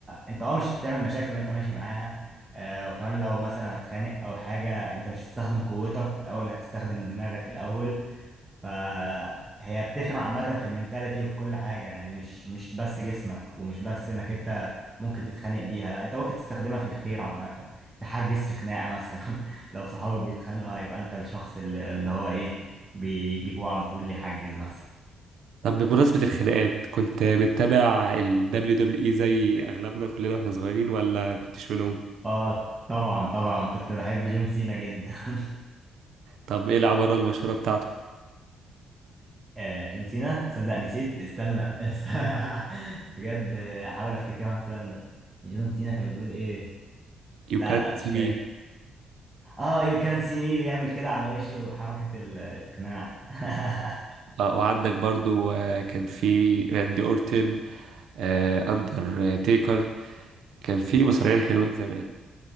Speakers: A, on the right (about 20°); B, on the right (about 75°).
A: انت اه مش هتعمل مشاكل وانت ماشي معاها آه، وكمان لو مثلا هتخانق او حاجة انت مش هتستخدم قوتك الاول هتستخدم دماغك الاول فهي بتفرق عامة في المنتاليتي وفي كل حاجة يعني مش مش بس جسمك ومش بس انك انت ممكن تتخانق بيها لا انت ممكن تستخدمها في الخير عامة تحجز في خناقة مثلا <laughs> لو صحابك بيتخانقوا هيبقى انت الشخص اللي, اللي هو ايه بيجيبوه على طول يحجز مثلا
B: طب بمناسبة الخناقات كنت بتتابع ال WWE زي اغلبنا كلنا واحنا صغيرين ولا كنتش منهم
A: اه طبعا طبعا كنت بحب جون سينا جدا <laughs>
B: طب ايه العبارة المشهورة بتاعته
A: آه جون سينا صدق نسيت استنى <laughs> بجد آه، احاول افتكرها استنى جون سينا كان بيقول ايه
B: you
A: لا
B: can't
A: لا مش
B: see
A: فاكر
B: me
A: اه يو كان سي مي ويعمل كده على وشه حركة ال- القناع <laughs>
B: آه، وعندك برضو آه، كان في راندي اورتن آه، أندر تيكر كان في مصارعين حلوين زمان